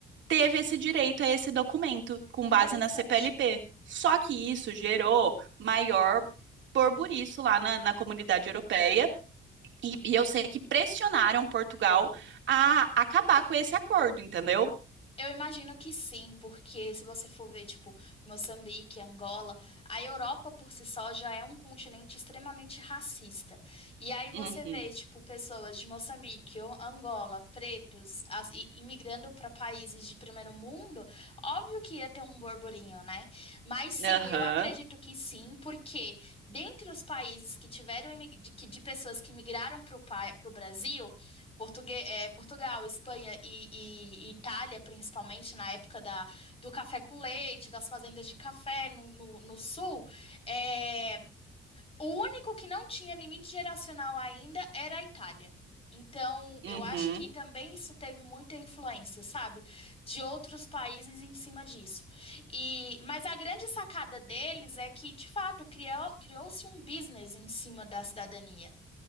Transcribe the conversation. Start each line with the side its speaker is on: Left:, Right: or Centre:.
Right: teve esse direito a esse documento com
Left: Interessante.
Right: base na CPLP. Só que isso gerou maior burbuliço lá na, na comunidade europeia. E, e eu sei que pressionaram Portugal a acabar com esse acordo, entendeu?
Left: Eu imagino que sim, porque se você for ver, tipo, Moçambique, Angola, a Europa por si só já é um continente extremamente racista. E aí você
Right: Uhum.
Left: vê, tipo, pessoas de Moçambique ou Angola, pretos, as- i- imigrando para países de primeiro mundo, óbvio que ia ter um borburinho, né? Mas sim,
Right: Aham.
Left: eu acredito que sim, porque dentre os países que tiveram imig- de, que- de pessoas que migraram para o Brasil, Portugue é, Portugal, Espanha e, e- e Itália, principalmente na época da, do café com leite, das fazendas de café no, no- no sul, é, o único que não tinha limite geracional ainda era a Itália. Então,
Right: Uhum.
Left: eu acho que também isso teve muita influência, sabe, de outros países em cima disso. E, mas a grande sacada deles é que, de fato, criou, criou-se um business em cima da cidadania.